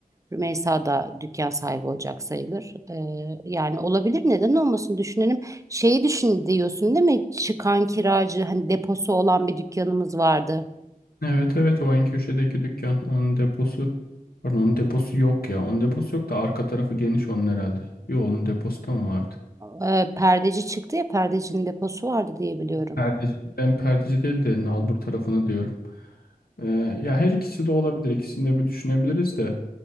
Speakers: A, on the right; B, on the left.
A: Rümeysa da dükkan sahibi olacak sayılır. Ee, yani olabilir neden olmasın düşünelim. Şeyi düşün diyorsun değil mi? Çıkan kiracı hani deposu olan bir dükkanımız vardı.
B: Evet evet o en köşedeki dükkan. Onun deposu. Pardon onun deposu yok ya. Onun deposu yok da arka tarafı geniş onun herhalde. Yo onun deposu da mı vardı?
A: Ee, perdeci çıktı ya perdecinin deposu vardı diye biliyorum.
B: Perdeci. Ben perdeci değil de nalbur tarafını diyorum. Ee, ya her ikisi de olabilir. İkisini de bir düşünebiliriz de.